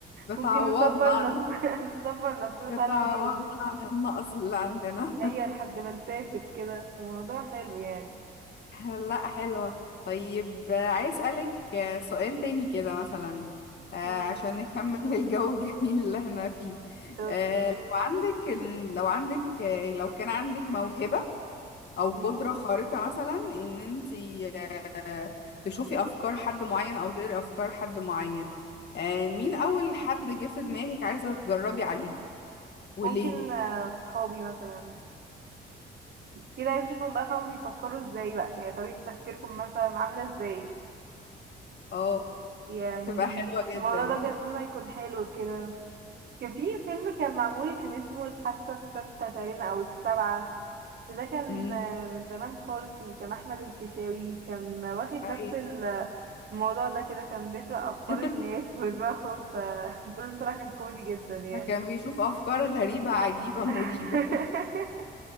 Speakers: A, on the left; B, on the right.
A: بتعوضنا
B: ممكن نصبر
A: عن
B: نفسنا <laughs> نصبر نفسنا
A: بتعوضنا
B: فعلا بيهم
A: عن النقص اللي عندنا
B: أيوة لحد ما نسافر كده الموضوع حلو يعني
A: <laughs> لا حلوة طيب آه، عايز أسألك آه، سؤال تاني كده مثلا آه،
B: مم.
A: عشان نكمل <laughs> الجو الجميل اللي احنا فيه
B: اوكي
A: آه، لو عندك لو عندك آه، لو كان عندك موهبة أو قدرة
B: مم.
A: خارقة مثلا إن انتي آه، تشوفي أفكار حد معين أو تقري أفكار حد معين آه، مين أول حد جه في دماغك عايزة تجربي عليه وليه؟
B: ممكن آه، صحابي مثلا كده عايز اشوفهم بقى فاهم بيفكروا ازاي بقى يعني طريقة تفكيركم مثلا عاملة ازاي
A: اه
B: يعني
A: هتبقى حلوة جدا
B: الموضوع
A: يعني
B: ده بجد فيلم هيكون حلو كده كان في فيلم كان معمول كان اسمه الحاسة الستة تقريبا أو السبعة ده كان
A: امم
B: آه، من زمان خالص اللي كان أحمد الفيشاوي كان واخد نفس
A: أيوة.
B: ال- الموضوع ده كده كان بيقرأ أفكار
A: <laughs>
B: الناس ودماغهم فالفيلم بصراحة كان كوميدي جدا يعني
A: فكان بيشوف افكار غريبة عجيبة
B: <laughs>
A: مريبة